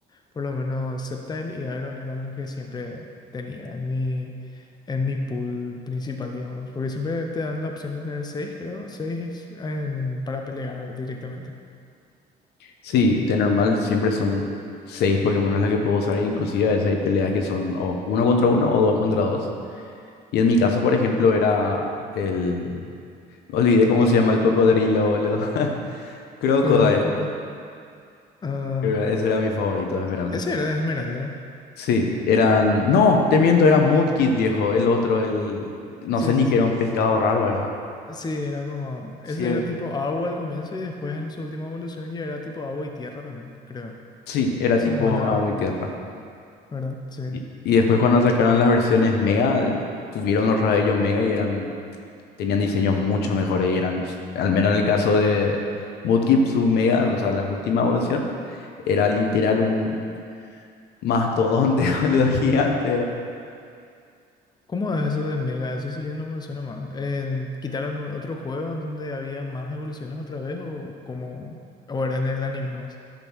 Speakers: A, on the left (about 25°); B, on the left (about 75°).
A: Por lo menos Sceptile y Agron eran los que siempre tenía en mi, en mi pool principal, digamos, porque siempre te dan la opción de tener seis, creo, seis en- para pelear directamente.
B: Sí, de normal siempre son seis Pokémon las que puedo usar, e inclusive a veces hay peleas que son o uno contra uno o dos contra dos. Y en mi caso, por ejemplo, era el... Olvidé cómo se llama el cocodrilo, boludo. <laughs> Crocodile.
A: El Cuco. Ah,
B: creo que Ese era mi favorito de Esmeralda.
A: Ese era de Esmeralda.
B: Sí, eran... No, te miento, era Mudkip, viejo. El otro, el... No
A: Sí,
B: sé ni
A: sí,
B: que
A: sí.
B: era un pescado raro, era.
A: Sí, era como.
B: Cierto.
A: Ese era tipo agua al comienzo y después en su última evolución ya era tipo agua y tierra también, creo.
B: Sí, era
A: Sí,
B: tipo
A: sí, mal no recu-
B: agua y tierra.
A: ¿verdad? Sí.
B: Y, y después cuando sacaron las versiones Mega, eh, tuvieron los rayos Mega y eran, tenían diseños mucho mejores y eran, al menos en el caso de Mudkip, su Mega, o sea, la última evolución, era literal un mastodonte, <laughs> boludo, gigante era.
A: ¿Cómo es eso de Mega? Eso sí ya no me suena más. En- ¿quitaron u- otro juego en donde había más evoluciones otra vez o como. O era en el anime nomás?